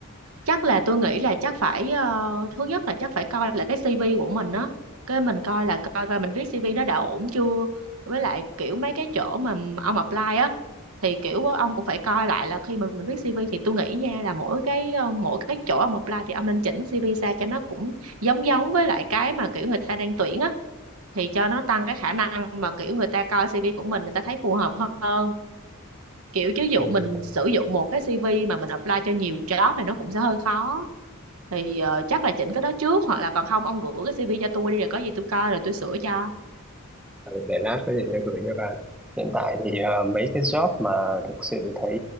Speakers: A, on the right; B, in the centre.
A: chắc là tôi nghĩ là chắc phải ờ, thứ nhất là chắc phải coi là cái CV của mình á cái mình coi là coi coi mình viết CV nó đã ổn chưa với lại kiểu mấy cái chỗ mà ông apply á thì kiểu ông cũng phải coi lại là khi mà mình viết CV thì tôi nghĩ nha là mỗi cái ờ, mỗi cái chỗ ông apply thì ông nên chỉnh CV ra cho nó cũng giống giống với lại cái mà kiểu người ta đang tuyển á thì cho nó tăng cái khả năng mà kiểu người ta coi CV của mình người ta thấy phù hợp hơn kiểu chứ dụ
B: ừ.
A: mình sử dụng một cái CV mà mình apply cho nhiều job thì nó cũng sẽ hơi khó thì ờ, chắc là chỉnh cái đó trước hoặc là còn không ông gửi cái CV cho tôi đi rồi có gì tôi coi rồi tôi sửa cho
B: Ờ, để lát có gì tôi gửi cho bà hiện tại thì ờ, mấy cái job mà thực sự thấy